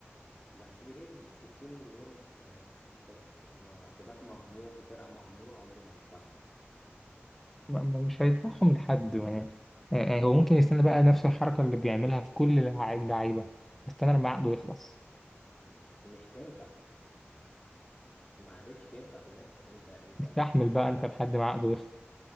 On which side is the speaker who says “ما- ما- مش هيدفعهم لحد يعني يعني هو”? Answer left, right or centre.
Centre